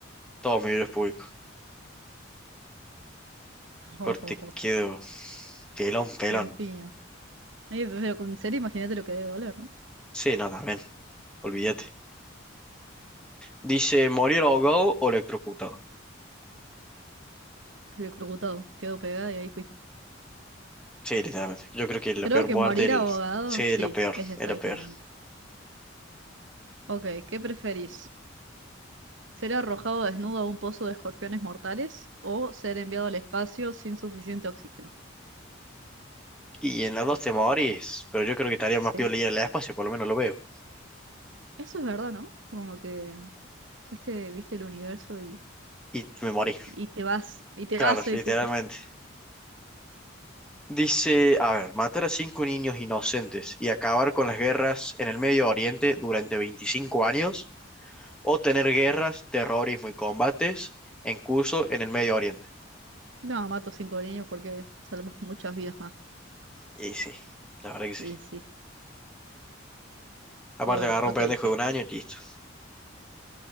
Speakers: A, in the centre; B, on the right.
A: todos mis videos públicos.
B: Oh,
A: Corte,
B: oh, oh,
A: quedo pelón, pelón.
B: Lampiño. Ay, pero con serio, imagínate lo que debe doler, ¿no?
A: Sí, no, también, olvídate. Dice, morir ahogado o electrocutado.
B: Electrocutado, quedó pegada y ahí fui.
A: Sí, literalmente. Yo creo que la
B: Creo
A: peor
B: que
A: muerte,
B: morir
A: el...
B: ahogado,
A: sí,
B: sí,
A: es lo peor,
B: es exactamente.
A: es lo peor.
B: Ok, ¿qué preferís? ¿Ser arrojado desnudo a un pozo de escorpiones mortales o ser enviado al espacio sin suficiente oxígeno?
A: Y en las dos te morís, pero yo creo que estaría
B: Sí,
A: más peor leer el espacio, por lo menos lo veo.
B: eso es verdad, ¿no? Como que fuiste, viste el universo y
A: Y me morí.
B: Y te vas, y te
A: Claro,
B: vas, sí,
A: literalmente.
B: sí, sí.
A: Dice, a ver, matar a cinco niños inocentes y acabar con las guerras en el Medio Oriente durante 25 años, o tener guerras, terrorismo y combates en curso en el Medio Oriente.
B: No, mato cinco niños porque salvamos muchas vidas más.
A: Y sí, la verdad que sí.
B: Y sí.
A: Aparte
B: A ver,
A: agarra
B: ok,
A: un pendejo
B: ¿qué,
A: de un año y listo,